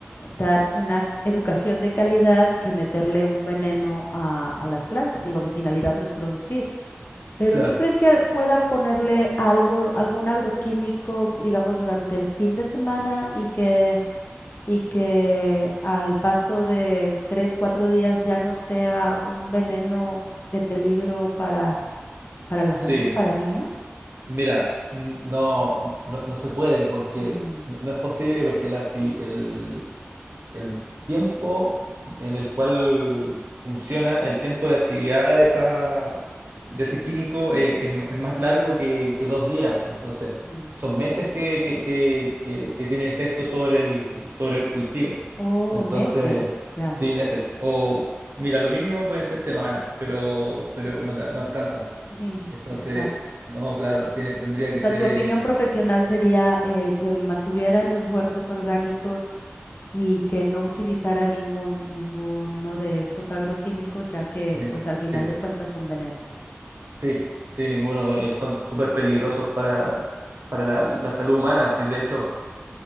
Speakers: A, on the left; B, on the right.
A: dar una educación de calidad que meterle un veneno a, a las plantas. Digo, mi finalidad no es producir. Pero
B: Claro,
A: ¿tú crees que pueda ponerle algo, algún agroquímico, digamos, durante el fin de semana y que y que al paso de tres, cuatro días ya no sea un veneno de peligro para, para la salud,
B: sí,
A: para niños?
B: Mira, n- no, no, no se puede porque
A: Mm,
B: no, no es posible porque la acti- el, el tiempo en el cual funciona, el tiempo de actividad de, esa, de ese químico eh, es, m- es más largo que, que dos días. Entonces,
A: mm.
B: son meses que, que, que- que- que tiene efecto sobre el, sobre el cultivo.
A: Oh,
B: Entonces,
A: meses, ya.
B: sí, meses. O mira, lo mínimo pueden ser semanas, pero, pero no, te- no alcanza.
A: Sí,
B: Entonces,
A: exacto.
B: no, claro, tiene, tendría que
A: O sea,
B: ser...
A: tu
B: eh,
A: opinión profesional sería eh, que mantuvieran los huertos orgánicos y que no utilizara ningún, ninguno de estos agroquímicos, ya que
B: ni-
A: pues al final
B: sí,
A: de cuentas son venenos.
B: sí, sí, ninguno. eh, son súper peligrosos para, para la, la salud humana. Sí, de hecho,